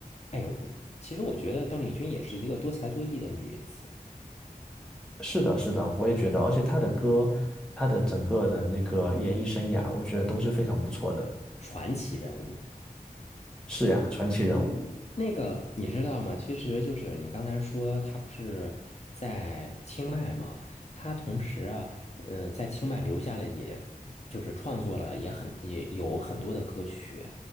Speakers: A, on the left; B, in the centre.
A: 哎呦，其实我觉得邓丽君也是一个多才多艺的女子，
B: 是的，是的，我也觉得，而且他的歌，他的整个的那个演艺生涯，我觉得都是非常不错的。
A: 传奇人物。
B: 是呀，传奇人物。
A: 那个你知道吗？其实就是你刚才说他不是在清迈嘛，他同时啊，呃，在清迈留下了也，就是创作了也很也有很多的歌曲，